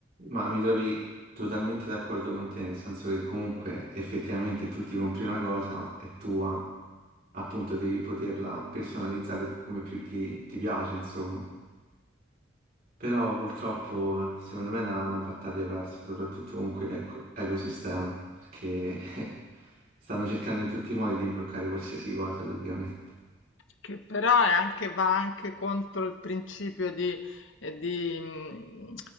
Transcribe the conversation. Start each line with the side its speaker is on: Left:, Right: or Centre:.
Right: Ma mi trovi totalmente d'accordo con te, nel senso che comunque effettivamente tu ti compri una cosa, è tua, appunto devi poterla personalizzare come più ti, ti piace, insomma. Però purtroppo secondo me è una, una battaglia persa, soprattutto con quell'ecosistema, perché <laughs> stanno cercando in tutti i modi di bloccare qualsiasi cosa praticamente.
Left: Che però è anche, va anche contro il principio di, eh, di, mh,